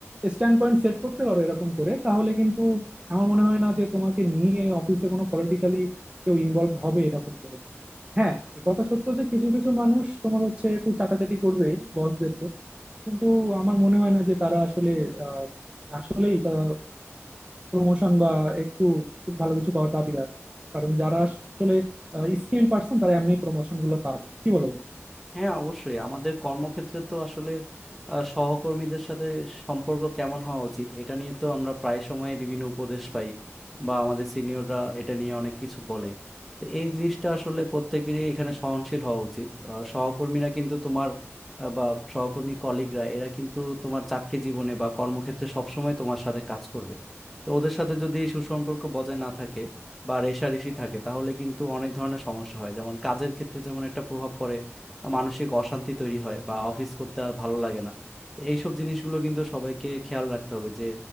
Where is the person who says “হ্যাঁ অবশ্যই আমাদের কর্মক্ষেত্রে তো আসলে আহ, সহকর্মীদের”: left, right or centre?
Centre